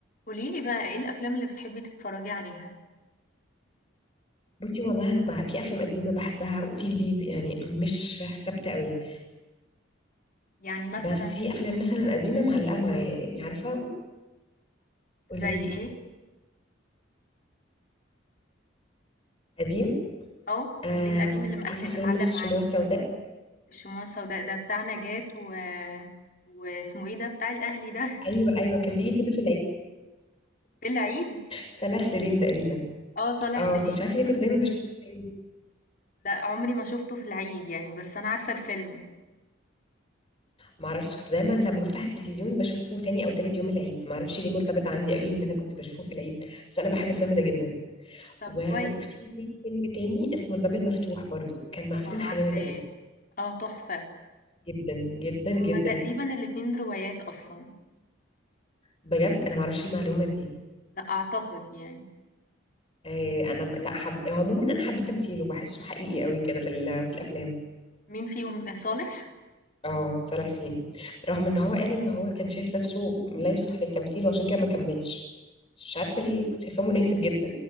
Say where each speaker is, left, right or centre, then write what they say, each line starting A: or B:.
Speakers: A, on the left; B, on the left.
A: قولي لي بقى إيه الأفلام اللي بتحبي تتفرجي عليها؟
B: بصي والله انا بقى في افلام قديمه بحبها وفي جديد يعني مش ثابته قوي
A: يعني مثلًا
B: بس في افلام مثلا قديمه معلقه معايا يعني عارفه قولي
A: زي
B: لي
A: إيه؟
B: قديم
A: آه،
B: آم،
A: القديم اللي مقل
B: عارفه
A: اللي
B: فيلم
A: معلّق
B: الشموع
A: معاكِ،
B: السوداء
A: الشموع السوداء ده بتاع نجاة و واسمه إيه ده بتاع الأهلي ده <laughs>
B: ايوه ايوه كان بيجي كده في العيد
A: في العيد؟
B: صلاح سليم تقريبا
A: آه، صالح
B: اه
A: سليم،
B: كنت عارفه ليه كنت دايما بشوفه في العيد.
A: لأ عمري ما شُفته في العيد يعني بس أنا عارفة الفيلم.
B: معرفش كنت دايما لما بفتح التلفزيون بشوفه تاني او تالت يوم العيد معرفش ليه مرتبط عندي قوي بان انا كنت بشوفه في العيد بس انا بحب الفيلم ده جدا
A: طب
B: و-
A: كويس،
B: وفي ليه فيلم تاني اسمه الباب المفتوح برضو كان مع
A: طبعًا
B: فاتن حمامه
A: عارفاه،
B: تقريبا
A: آه تحفة.
B: جدا جدا
A: هُم
B: جدا
A: تقريبًا الاتنين روايات أصلًا،
B: بجد انا ما اعرفش المعلومه دي
A: لأ أعتقد يعني.
B: آه، انا ب... لا حب هو عموما انا حبيت تمثيله بحسه حقيقي قوي كده في ال... في الافلام
A: مين فيهم آه، صالح؟
B: اه صالح سليم رغم ان هو قال ان هو كان شايف نفسه لا يصلح للتمثيل وعشان كده ما كملش بس مش عارفه ليه كنت شايفاه مناسب جدا